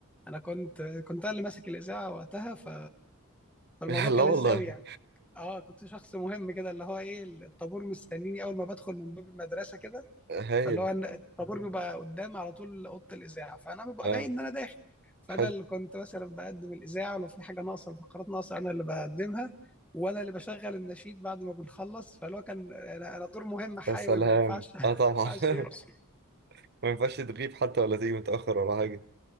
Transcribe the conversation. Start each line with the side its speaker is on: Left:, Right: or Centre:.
Centre: انا كنت كنت انا اللي ماسك الاذاعه وقتها ف... فالموضوع
Right: <laughs> لا
Centre: كان
Right: والله
Centre: لذيذ قوي يعني اه كنت شخص مهم كده اللي هو ايه الطابور مستنيني اول ما بدخل من باب المدرسه كده
Right: <laughs> هايل
Centre: فاللي هو إن الطابور بيبقى قدام على طول اوضه الاذاعه فانا ببقى
Right: اه
Centre: باين ان انا داخل فانا
Right: حلو
Centre: اللي كنت مثلا بقدم الاذاعه ولو في حاجه ناقصه فقرات ناقصه انا اللي بقدمها وانا اللي بشغل النشيد بعد ما بنخلص فاللي هو كان انا أنا دور مهم حيوي
Right: يا سلام
Centre: ما ينفعش <laughs> ما
Right: اه طبعا
Centre: ينفعش
Right: <laughs>
Centre: يمشي
Right: ما ينفعش تغيب حتى ولا تيجي متاخر ولا حاجه